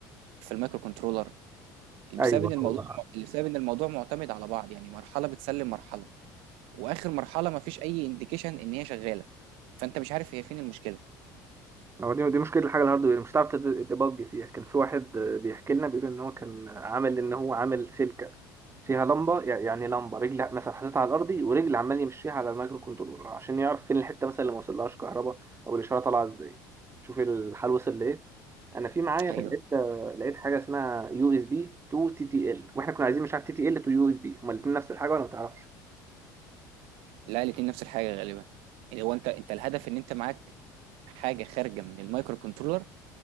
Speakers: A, on the right (about 70°); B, on the right (about 25°).
A: في المايكرو كنترولر بسبب
B: ايوه
A: ان الموضوع
B: هو
A: بسبب ان الموضوع معتمد على بعض يعني مرحله بتسلم مرحله واخر مرحله ما فيش اي انديكيشن ان هي شغاله فانت مش عارف هي فين المشكله
B: هو دي دي مشكله الحاجه الهاردوير مش هتعرف تد- تبج فيها كان في واحد آه، بيحكي لنا بيقول ان هو كان عامل ان هو عامل سلكه فيها لمبه يع- يعني لمبه رجل مثلا حاططها على الارضي ورجل عمال يمشيها على المايكرو كنترولر عشان يعرف فين الحته مثلا اللي ما وصلهاش كهرباء او الاشاره طالعه ازاي شوف الحال وصل لايه انا في معايا
A: ايوه
B: لقيت آه، لقيت حاجه اسمها يو اس بي تو تي تي ال واحنا كنا عايزين مش عارف تي تي ال تو يو اس بي هما الاثنين نفس الحاجه ولا ما تعرفش
A: لا الاتنين نفس الحاجه غالبا يعني هو انت انت الهدف ان انت معاك حاجه خارجه من المايكرو كنترولر